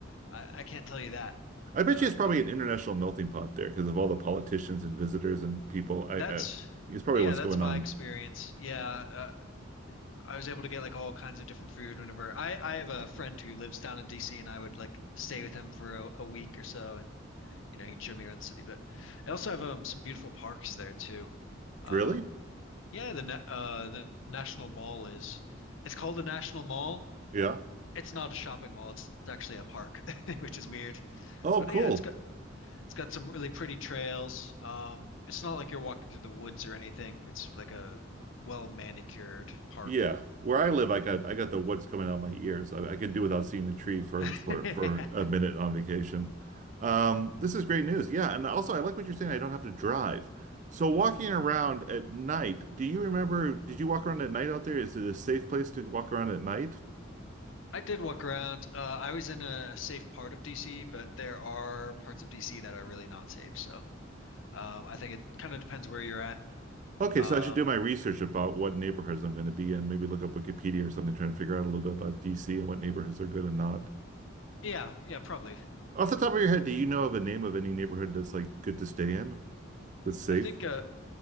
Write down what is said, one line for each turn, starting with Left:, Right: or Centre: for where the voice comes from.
Left: I, I can't tell you that.
Right: I bet
Left: Um,
Right: you it's probably
Left: but
Right: an international melting pot there because of all the politicians and visitors and people. I,
Left: that's
Right: I it's probably
Left: yeah,
Right: what's
Left: that's
Right: going
Left: my
Right: on.
Left: experience. Yeah, uh, I was able to get like all kinds of different food whenever I I have a friend who lives down in DC, and I would like stay with him for a, a week or so, and you know he'd show me around the city. But they also have um some beautiful parks there too. Um,
Right: Really?
Left: yeah, the na- uh the National Mall is it's called the National Mall.
Right: Yeah.
Left: It's not a shopping mall. It's actually a park, <laughs> which is weird.
Right: Oh,
Left: But
Right: cool.
Left: yeah, it's It's got some really pretty trails. Um, it's not like you're walking through the woods or anything. It's like a well manicured park.
Right: Yeah, where I live, I got I got the woods coming out my ears. I, I could do without seeing a tree for
Left: <laughs>
Right: for
Left: I
Right: for a minute on vacation. Um, this is great news. Yeah, and also I like what you're saying. I don't have to drive. So walking around at night, do you remember? Did you walk around at night out there? Is it a safe place to walk around at night?
Left: did walk around. Uh, I was in a safe part of DC, but there are parts of DC that are really not safe. So um, I think it kind of depends where you're at.
Right: Okay,
Left: Uh,
Right: so I should do my research about what neighborhoods I'm going to be in. Maybe look up Wikipedia or something, trying to figure out a little bit about DC and what neighborhoods are good and not.
Left: yeah, yeah, probably.
Right: Off the top of your head, do you know of a name of any neighborhood that's like good to stay in, that's safe?
Left: I think uh,